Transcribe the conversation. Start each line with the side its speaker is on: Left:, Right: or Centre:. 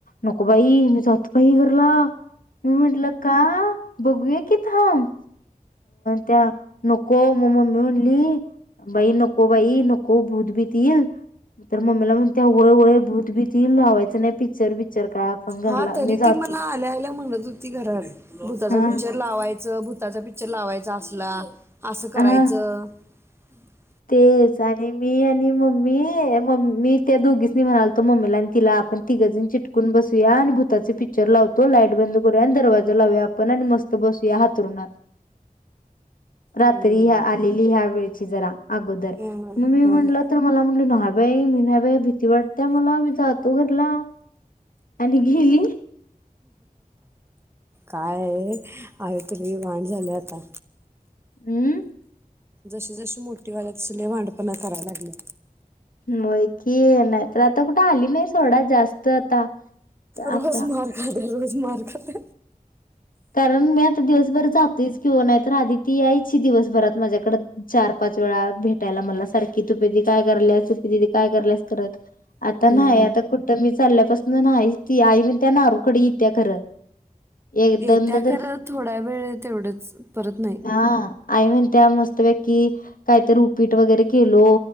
Left: नको बाई मी जातो बाई घरला! मी म्हटल का? बघूया की थांब त्या नको मग मम्मी म्हणली. बाई नको बाई नको भूत बिती ईल तर मम्मीला म्हणते होय होय भूत बित ईल लावायचं नाही पिक्चर बिक्चर काय. आपण घरला
Right: हा तरी
Left: मी जातो
Right: ती मला आल्या-आल्या म्हणत होती घरात, भूताचा
Left: हा
Right: पिक्चर लावायचं भूताचा पिक्च लावायचा असला असं करायचं
Left: हा
Right: <unintelligible>
Left: तेच आणि मी आणि मम्मी म् मी त्या दोघीसनी म्हणालतो मम्मीला आणि तिला आपण तिघंजण चिटकून बसूया आणि भूताचे पिक्चर लावतो लाइट बंद करूया आणि दरवाजा लावूया आपण आणि मस्त बसूया हातरुणात रात्री
Right: हम्म,
Left: ह्या आलेली ह्या वेळ छि जरा, अगोदर
Right: हम्म,
Left: मग मी
Right: हम्म.
Left: म्हणलं तर मला म्हटलं नायबाई मी नायबाई भीती वाटते मला मी जातो ला आणि गेली
Right: काय आय तरी वांड झाल्या आता.
Left: हम्म,
Right: जशी-जशी मोठी वाल्यात तस लयी वांडपणा करायला लागल्या
Left: व्हय कि नाही तर आता कुठे आली नाही सोडा जास्त आता
Right: रोजमार
Left: आता
Right: खात ते रोज मार खाते
Left: कारण मी आता दिवसभर जातोच किंवा नाहीत आधी यायची दिवसभरात माझ्याकड चार-पाच वेळा भेटायला मला सारखी तू पीदि काय करल्यास पीदी काय करल्यास करत
Right: हम्म.
Left: आता नाही आता कुठं मी चाल्यापासून नाहीच कि आई म्हणत्या नारूकडे येत्या खरं एक
Right: येत,
Left: दोनदा
Right: त्या
Left: तर
Right: खरं थोडा वेळ तेवढंच परत नाही.
Left: हा आई म्हणत्या मस्तपैकी कायतरी रुपीट वगैरे केलो